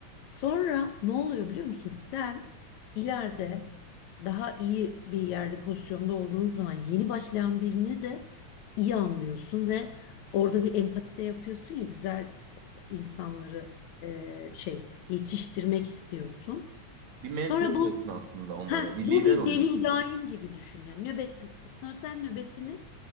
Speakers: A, on the left; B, on the right.
A: Sonra ne oluyor biliyor musun? Sen ileride daha iyi bir yerde pozisyonda olduğun zaman yeni başlayan birini de iyi anlıyorsun ve Orada bir empati de yapıyorsun ya güzel insanları e, şey yetiştirmek istiyorsun.
B: Bir mentor
A: Sonra
B: oluyorsun
A: bu
B: aslında onlara.
A: ha
B: Bir
A: bu
B: lider
A: bir
B: oluyorsun.
A: devir daim gibi düşün yani nöbet sonra sen nöbetini